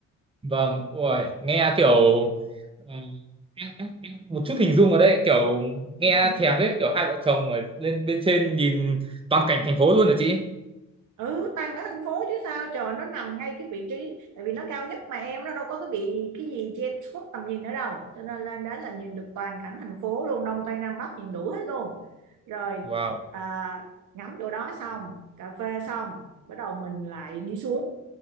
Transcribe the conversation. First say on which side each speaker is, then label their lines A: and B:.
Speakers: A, on the right; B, on the right.
A: Vâng, ui, nghe kiểu ừ, em- em- em một chút hình dung ở đây kiểu nghe
B: ừ,
A: thèm đấy kiểu hai vợ chồng ở lên bên trên nhìn toàn cảnh thành phố luôn hả chị?
B: ừ tăng ở thành phố chứ sao trời nó nằm ngay cái vị trí tại vì nó cao nhất mà em nó đâu có cái bị cái gì che khuất tầm nhìn ở đâu cho nên lên đó là nhìn được toàn cảnh thành phố luôn đông tây nam bắc nhìn đủ hết luôn rồi
A: Wow,
B: à, ngắm chỗ đó xong cà phê xong bắt đầu mình lại đi xuống